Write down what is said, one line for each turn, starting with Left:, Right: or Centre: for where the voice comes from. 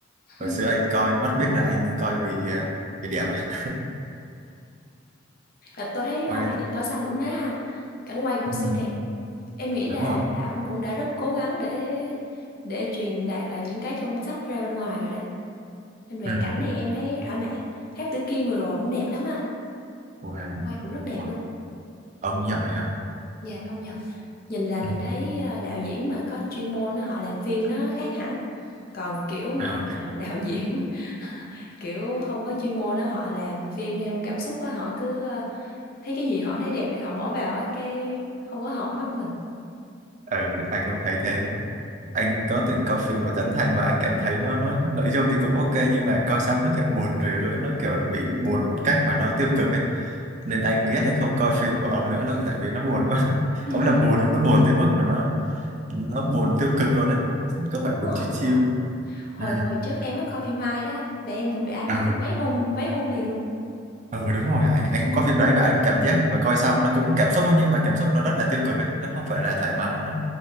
Left: <laughs>
Right: hồi xưa anh coi mắt biết là anh coi vì à, vì đẹp á.
Left: Và tôi thấy Hoa
Right: coi
Left: vàng trên cỏ xanh cũng thế ha. Cảnh quay cũng
Right: ừ,
Left: siêu đẹp. em nghĩ
Right: đúng
Left: là
Right: rồi
Left: là ông cũng đã rất cố gắng để để truyền đạt là những cái trong sách ra bên ngoài rồi đấy nên về
Right: ừ.
Left: cảnh thì em thấy thỏa mãn Tháp Tử Kiên vừa rồi cũng đẹp lắm á
Right: Wow.
Left: quay cũng rất đẹp
Right: Ôi,
Left: luôn
Right: ông giỏi ha
Left: dạ công nhận nhìn là mình
Right: ừ. <laughs>
Left: thấy ờ, đạo diễn mà có chuyên môn á họ làm phim nó khác hẳn còn kiểu mà
Right: ừ
Left: ờ, đạo diễn <laughs> kiểu không có chuyên môn á họ làm phim theo cảm xúc á họ cứ ờ, thấy cái gì họ thấy đẹp thì họ bỏ vào á cái không có hợp mắt mình
Right: Ừ, anh cũng thấy thế anh có từng coi phim của Trấn Thành và anh cảm thấy nó nó nội dung thì cũng ok nhưng mà coi xong nó kiểu buồn rười rượi nó kiểu bị buồn một cách mà nó tiêu cực ấy nên anh ghét anh không coi phim của ông nữa luôn tại vì nó buồn quá <laughs>
Left: <laughs>
Right: ông làm buồn nó nó buồn tới mức mà nó nó buồn tiêu cực luôn đấy có phải buồn
Left: đúng rồi
Right: chill
Left: đúng
Right: chill
Left: rồi hồi
Right: ừ
Left: hồi trước em có coi phim Mai đó anh là em cũng bị ám
Right: ừ
Left: ảnh mấy hôm mấy hôm liền luôn
Right: ừ đúng rồi anh, anh cũng có phim đấy và anh cảm giác và coi xong nó cũng cảm xúc thôi nhưng mà cảm xúc nó rất là tiêu cực ấy. nó không phải là thoải mái nó